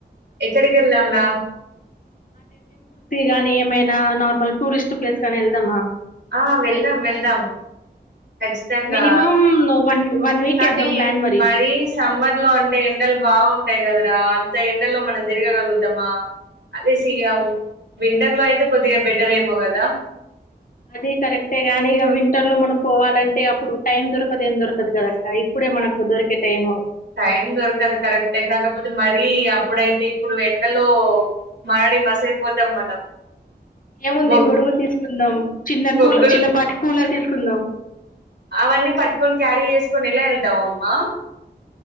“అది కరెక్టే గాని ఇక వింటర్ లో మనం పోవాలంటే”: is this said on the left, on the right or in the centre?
Left